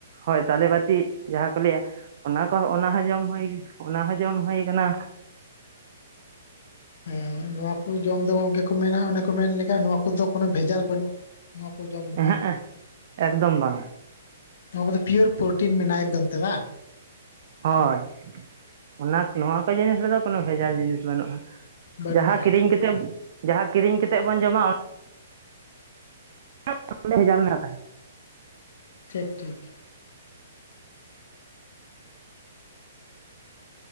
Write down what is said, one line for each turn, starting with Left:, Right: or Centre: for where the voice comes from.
Right: ᱦᱳᱭ ᱛᱟᱞᱮ ᱵᱟᱹᱛᱤ ᱡᱟᱦᱟ ᱠᱚ ᱞᱟᱹᱭᱟ ᱚᱱᱟ ᱠᱚ ᱚᱱᱟ ᱦᱚᱸ ᱡᱚᱢ ᱦᱚᱭ ᱜᱮ ᱚᱱᱟ ᱦᱚᱸ ᱡᱚᱢ ᱦᱳᱭ ᱠᱟᱱᱟ᱾
Left: ᱦᱮᱸ ᱱᱚᱣᱟ ᱠᱚ ᱡᱚᱢ ᱫᱚ ᱜᱚᱝᱠᱮ ᱠᱚ ᱢᱮᱱᱟ ᱚᱱᱮ ᱠᱚ ᱢᱮᱱ ᱞᱮᱫᱟ ᱱᱚᱣᱟ ᱠᱚᱫᱚ ᱠᱳᱱᱳ ᱵᱷᱮᱡᱟᱞ ᱵᱟᱹᱱᱩᱜᱼᱟ᱾ ᱱᱚᱣᱟ ᱠᱚ ᱡᱚᱢ ᱞᱮᱫᱟ᱾
Right: ᱮᱦᱮᱸᱜ ᱮᱠᱫᱚᱢ ᱵᱟᱝᱟ
Left: ᱱᱚᱣᱟ ᱠᱚᱫᱚ ᱯᱤᱭᱳᱨ ᱯᱨᱳᱴᱤᱱ ᱢᱮᱱᱟᱜᱼᱟ ᱮᱠᱫᱚᱢ ᱛᱮ ᱵᱟᱝ?
Right: ᱦᱳᱭ ᱚᱱᱟ ᱱᱚᱣᱟ ᱠᱚ ᱡᱤᱱᱤᱥ ᱨᱮᱫᱚ ᱠᱳᱱᱳ ᱵᱷᱮᱡᱟᱞ ᱡᱤᱱᱤᱥ ᱵᱟᱹᱱᱩᱜᱼᱟ
Left: ᱵᱟᱹᱱᱩᱜᱼᱟ
Right: ᱡᱟᱦᱟᱸ
Left: ᱦᱮᱸ
Right: ᱠᱤᱨᱤᱧ ᱠᱟᱛᱮ ᱡᱟᱦᱟᱸ ᱠᱤᱨᱤᱧ ᱠᱟᱛᱮᱫ ᱵᱚᱱ ᱡᱚᱢᱟ ᱚᱱᱟ <unintelligible> ᱮ ᱦᱟᱮᱡᱟᱞᱱᱟ ᱛᱟᱦᱮᱫ <unintelligible>
Left: ᱴᱷᱤᱠ ᱴᱷᱤᱠ᱾